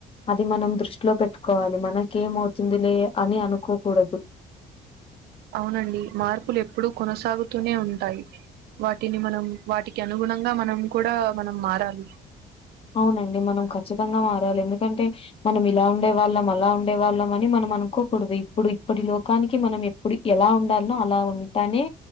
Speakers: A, on the left (about 35°); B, on the right (about 70°).
A: అది మనం దృష్టిలో పెట్టుకోవాలి మన కేమవుతుందిలే అని అనుకోకూడదు
B: అవునండి మార్పులు ఎప్పుడూ కొనసాగుతూనే ఉంటాయి వాటిని మనం వాటికి అనుగుణంగా మనం కూడా మనం మారాలి
A: అవునండి మనం ఖచ్చితంగా మారాలి ఎందుకంటే మనం ఇలా ఉండే వాళ్ళం అలా ఉండే వాళ్ళం అని మనం అనుకోకూడదు ఇప్పుడు ఇప్పటి లోకానికి మనం ఎప్పుడు ఎలా ఉండానో అలా ఉంటానే